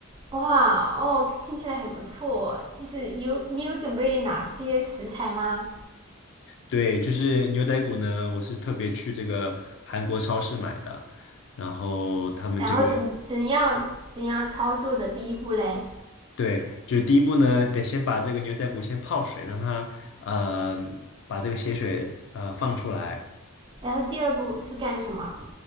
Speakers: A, on the right (about 25°); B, on the left (about 60°).
A: 哇，哦，听起来很不错，就是有你有准备哪些食材吗？
B: 对，就是牛仔骨呢，我是特别去这个韩国超市买的，然后他们这个，
A: 然后怎么怎样怎样操作的第一步嘞？
B: 对，就第一步呢，得先把这个牛仔骨先泡水，让它呃把这个血水呃放出来。
A: 然后第二步是干什么？